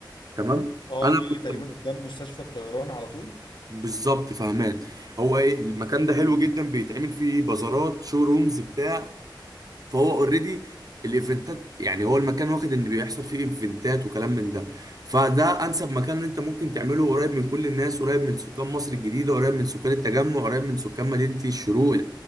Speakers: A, on the right; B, on the left.
A: تمام
B: أه
A: انا
B: دي اللي
A: كنت
B: تقريبا قدام مستشفى الطيران على طول
A: بالظبط فهمان هو ايه المكان ده حلو
B: امم
A: جدا بيتعمل فيه بازارات شو رومز بتاع فهو اوريدي الايفنتات يعني هو المكان واخد ان بيحصل فيه ايفنتات وكلام من ده فده انسب مكان إن انت ممكن تعمله قريب من كل الناس قريب من سكان مصر الجديدة قريب من سكان التجمع قريب من سكان مدينة الشروق